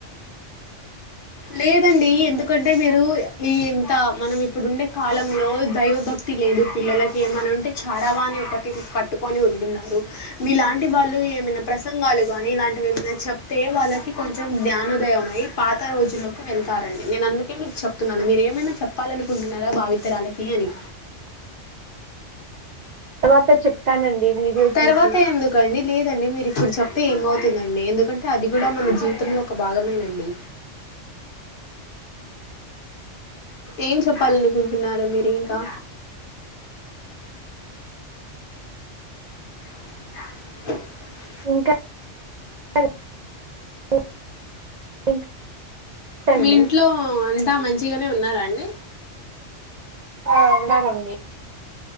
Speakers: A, on the left; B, on the right.
A: లేదండి ఎందుకంటే మీరు ఈ ఇంత మనం ఇప్పుడుండే కాలంలో దైవభక్తి లేదు పిల్లలకి ఏమనంటే చడావాని ఒకటి కట్టు కోని ఉంటున్నారు మీలాంటి వాళ్ళు ఏమైనా ప్రసంగాలు గనీ ఇలాంటివి ఏమైనా చెప్తే వాళ్ళకి కొంచెం జ్ఞానోదయమై పాత రోజ్ విలోకి వెళ్తారండి నేను అందుకే మీకు చెప్తున్నాను మీరు ఏమైనా చెప్పాలనుకుంటున్నారా భావితరాలికి అని
B: తర్వాత చెప్తానండి వీడియో
A: తర్వాత
B: చూసి
A: ఎందుకండి లేదండి మీరు ఇప్పుడు చెప్తే ఏమతుందండి ఎందుకంటే తే అది కూడా మన జీవితంలో ఒక భాగమేనండి ఏం చెప్పాలనుకుంటున్నారు మీరు ఇంకా <inaudible>
B: ఇంకా <unintelligible> అండి
A: మీ ఇంట్లో అంత మంచిగనే ఉన్నరా అండి
B: ఆ ఉన్నారండి